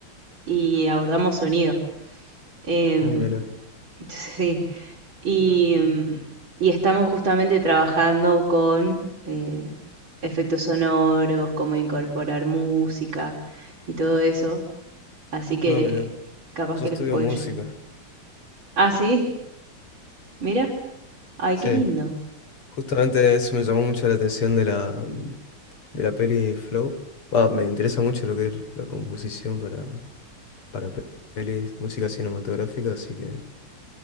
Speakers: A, on the right; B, on the left.
A: y abordamos sonido. Em,
B: Ah, mira.
A: <laughs> sí. Y, em, y estamos justamente trabajando con eh, efectos sonoros, cómo incorporar música y todo eso. Así que
B: Ah, mira.
A: capaz
B: Yo
A: que
B: estudio
A: les puede
B: música.
A: llegar. Ah, sí, mira. Ay,
B: Sí.
A: qué lindo.
B: Justamente eso me llamó mucho la atención de la, de la peli Flow. Va, me interesa mucho lo que es la composición para, para pe- pelis, música cinematográfica, así que